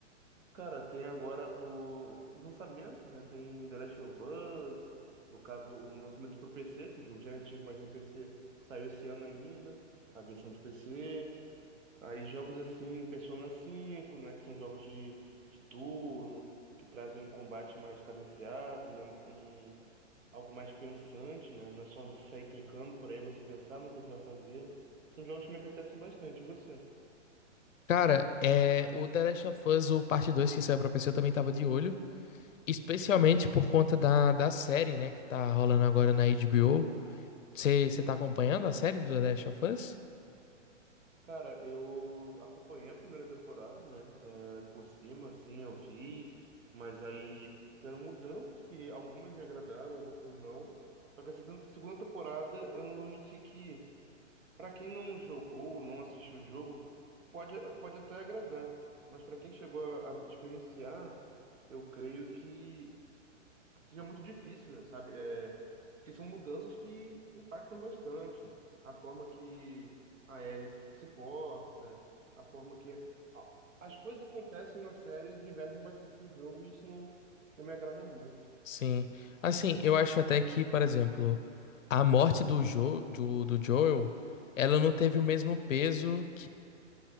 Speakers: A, on the right; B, on the left.
A: Cara, tem agora o... os lançamentos, né? Tem The Last of Us, no caso, o lançamento pro PC, que o jogo já é antigo, mas no PC saiu esse ano ainda, a versão de PC. Aí jogos assim, Persona cinco né? Que são jogos de, de turno, que trazem um combate mais cadenciado, né? Um... Algo mais pensante, né? Não é só você sair clicando por aí, você pensar no que você vai fazer. São jogos que me apetecem bastante. E você?
B: Cara, é, o The Last of Us, o parte 2 que saiu pra PC, eu também tava de olho. Especialmente por conta da, da série, né, que tá rolando agora na HBO. Você tá acompanhando a série do The Last of Us?
A: Cara, eu acompanhei a primeira temporada, né? é, por cima, assim, eu vi, mas aí tiveram mudanças que algumas me agradaram, outras não. Só que essa tem- segunda temporada, eu não vou mentir que, pra quem não jogou ou não assistiu o jogo, pode, pode até agradar. Mas pra quem chegou a, a experienciar, eu creio que seja muito difícil, sabe? É, porque são mudanças que impactam bastante a forma que a Ellie se porta, a forma que a- as coisas acontecem na série e divergem bastante do jogo, e isso não, não me agrada muito.
B: Sim. Assim, eu acho até que, por exemplo, a morte do, jo, do, do Joel, ela não teve o mesmo peso